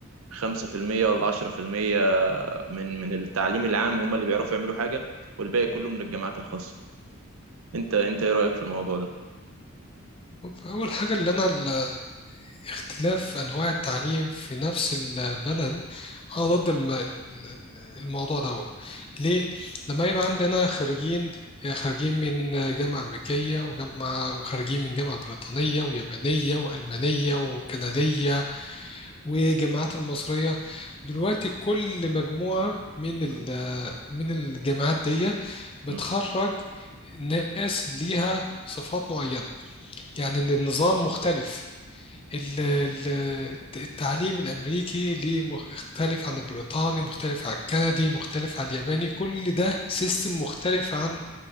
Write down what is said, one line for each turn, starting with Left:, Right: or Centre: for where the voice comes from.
Right: 5% ولا 10% من من التعليم العام هم اللي بيعرفوا يعملوا حاجة والباقي كله من الجامعات الخاصة انت انت ايه رأيك في الموضوع ده؟
Left: فأول حاجة اللي أنا ال- اختلاف أنواع التعليم في نفس البلد أنا ضد الم- ال- الموضوع ده. ليه؟ لما يبقى عندنا خريجين خارجين من جامعة أمريكية وجامعة وخارجين من جامعة بريطانية ويابانية وألمانية وكندية والجامعات المصرية دلوقتي كل مجموعة من ال-
Right: م-
Left: من الجامعات دي بتخرج
Right: م-
Left: ناس ليها صفات معينة يعني إن النظام مختلف ال- ال- الت- التعليم الأمريكي ليه مخ- مختلف عن البريطاني مختلف عن الكندي مختلف عن الياباني كل ده سيستم مختلف عن